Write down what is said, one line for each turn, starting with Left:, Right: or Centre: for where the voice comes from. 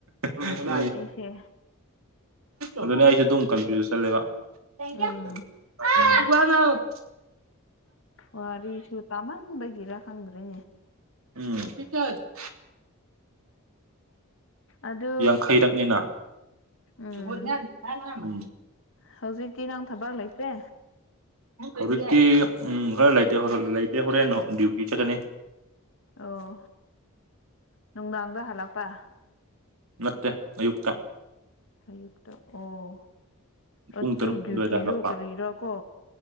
Right: ꯎꯝ
Left: ꯑꯩꯁꯦ
Right: ꯑꯗꯨꯅꯦ ꯑꯩꯖꯨ ꯑꯗꯨꯝ ꯀꯟꯐ꯭ꯌꯨꯁ ꯆꯠꯂꯦꯕ <unintelligible>
Left: ꯎꯝ ꯋꯥꯔꯤꯁꯨ ꯇꯥꯃꯟꯕꯒꯤꯔ ꯈꯪꯗ꯭ꯔꯦ
Right: ꯎꯝ <unintelligible>
Left: ꯑꯗꯨ
Right: ꯌꯥꯡꯈꯩꯔꯛꯅꯤꯅ
Left: ꯎꯝ
Right: <unintelligible>
Left: ꯍꯧꯖꯤꯛꯇꯤ ꯅꯪ ꯊꯕꯛ ꯂꯩꯇ꯭ꯔꯦ
Right: ꯍꯧꯖꯤꯛꯇꯤ ꯎꯝ ꯈꯔ ꯂꯩꯇꯦ ꯍꯣ ꯂꯩꯇꯦ ꯍꯣꯔꯦꯟ ꯍꯣ ꯗ꯭ꯌꯨꯇꯤ ꯆꯠꯀꯅꯤ
Left: ꯑꯣ ꯅꯨꯡꯗꯥꯡꯗ ꯍꯜꯂꯛꯄ
Right: ꯅꯠꯇꯦ ꯑꯌꯨꯛꯇ
Left: ꯑꯌꯨꯛꯇ ꯑꯣ ꯑꯗꯨ
Right: ꯄꯨꯡ ꯇꯔꯨꯛ
Left: ꯗ꯭ꯌꯨꯇꯤꯗꯨ
Right: ꯑꯗꯨꯋꯥꯏꯗ ꯍꯜꯂꯛꯄ
Left: ꯀꯔꯤꯔꯥ ꯀꯣ